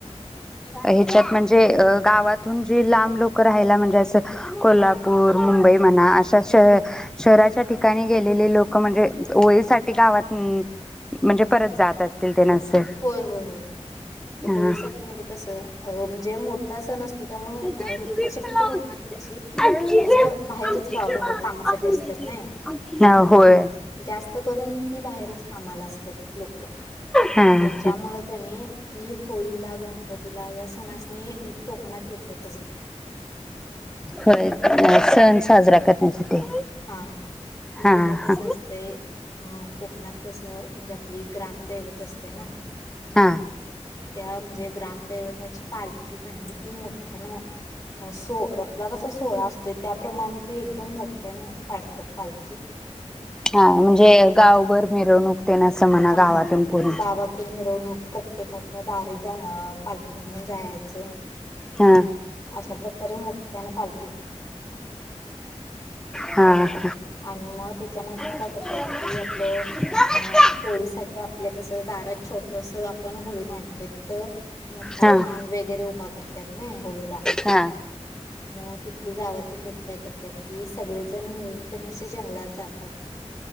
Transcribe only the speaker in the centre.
अ ह्याच्यात म्ह जे गावातून जे लांब लोक राहिला म्हणजे असं, कोल्हापूर मुंबई म्हणा अशा शहराच्या ठिकाणी गेलेली लोक म्हणजे होळीसाठी गावात म्हणजे परत जात असतील ते नसे
हा
गेम
बीम
मला
आमची
गेम
आमची
गेम
असून
देते.
हा होय.
हा हा.
होय.
सण साजरा करण्यासाठी,
हा
हा.
हा.
हा, म्हणजे गावभर मिरवणूक. तेन असं म्हणा
गावातून
पूर्ण
हा
<inaudible> हा..
हा.
हा हा.
हा.
हा
हा.